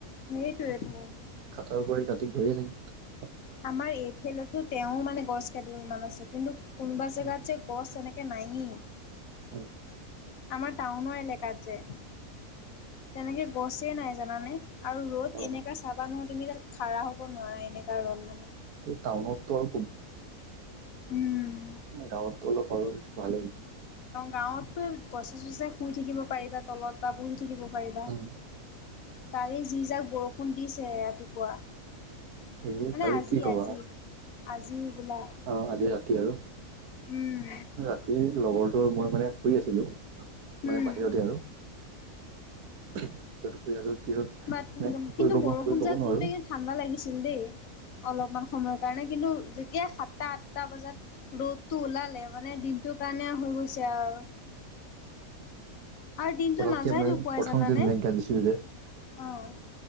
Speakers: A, on the left; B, on the right.
A: সেইটোৱেটো।
B: কাটাৰ <inaudible>
A: আমাৰ এইফেলেতো তেওঁ মানে গছ <unintelligible> ইমান আছে কিন্তু কোনোবা জেগাত
B: উম,
A: যে গছ এনেকৈ নাএই।
B: অ
A: আমাৰ টাউনৰ এলেকাত যে তেনেকে গছে নাই জানানে আৰু ৰ'দ
B: অ
A: এনেককা চাবা নহয় তুমি তাত খাৰা হ'ব নোৱাৰা এনেককা ৰ'ল মানে।
B: এই টাউনততো আৰু
A: উম
B: গাঁৱতটো অলপ <unintelligible> ভালেই।
A: গাঁৱততো গছে, চছে শুই থাকিব পাৰিবা তলত বা বহি থাকিব পাৰিবা।
B: উম,
A: কালি যি যাক বৰষুণ দিছে ৰাতিপুৱা।
B: এই
A: মানে
B: কালি
A: আজি,
B: কি কবা
A: আজি, আজি বোলা
B: অ, আযি ৰাতি আৰু।
A: উম
B: ৰাতি লগৰটো মই মানে শুই আছিলো
A: উম
B: মানে বাহিৰতে আৰু। <inaudible> যত শুই আছো। কি হ'ল
A: বাত
B: মানে শুই
A: কিন্তু
B: ক'ব
A: বৰষুণ
B: শুই ক'ব
A: যাক
B: নোৱাৰো
A: দিওঁতে কিন্তু ঠাণ্ডা লাগিছিল দেই। অলপমান সময়ৰ কাৰণে কিন্তু যেতিয়া সাত ত্বাত <unintelligible> টা বজাত ৰ'দটো ওলালে মানে দিনটোৰ কাৰণে হৈ গৈছে আৰু। আৰু দিনটো
B: পৰককে
A: নাযায়
B: মানে
A: নোপোৱাই
B: প্ৰথম
A: জানানে
B: যে মেঘ গা দিছিল যে
A: অ'